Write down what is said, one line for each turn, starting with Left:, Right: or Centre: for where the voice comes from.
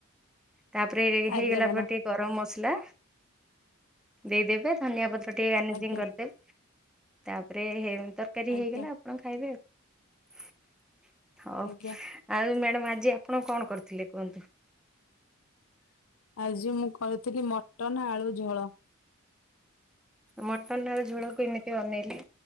Centre: ତାପରେ ଏଇ
Left: ଆଜ୍ଞା
Centre: ହେଇଗଲା
Left: ମ୍ୟାଡ଼ାମ
Centre: ପରେ ଟିକେ ଗରମ ମସଲା ଦେଇଦେବେ ଧନିଆ ପତ୍ର ଟିକେ ଗାର୍ନିଜିଂ
Left: ଆଜ୍ଞା
Centre: କରିଦେବେ। ତାପରେ ତରକାରୀ
Left: ଆଜ୍ଞା
Centre: ହେଇଗଲା ଆପଣ ଖାଇବେ ଆଉ। ହଉ
Left: ଆଜ୍ଞା
Centre: ଆଉ ମ୍ୟାଡାମ ଆଜି ଆପଣ କଣ କରିଥିଲେ କୁହନ୍ତୁ?
Left: ଆଜି ମୁଁ କରିଥିଲି ମଟନ ଆଳୁ ଝୋଳ।
Centre: ମଟନଳ ଝୋଳକୁ ଏମିତି ବନେଇଲେ